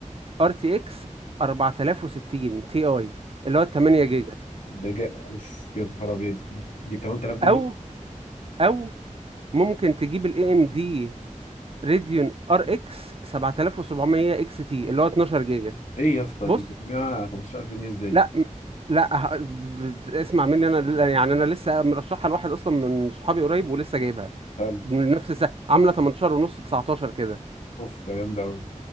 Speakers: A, on the right (about 45°); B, on the left (about 65°).
A: ار تي اكس 4060 تي اي اللي هو 8 جيجا
B: ده جاء اوف يا نهار ابيض دي ب 8000 جنيه
A: او او ممكن تجيب الاي ام دي ريديون ار اكس 7700 اكس تي اللي هو 12 جيجا
B: ايه يا اسطى
A: بص
B: دي تجميع 18000 جنيه ازاي دي
A: لا م- لا ه- ب- اسمع مني انا ل- يعني انا لسه مرشحها لواحد اصلا من صحابي قريب ولسه جايبها
B: حلو
A: من نفس السنه عامله 18 ونص 19 كده
B: اوف ده جامد قوي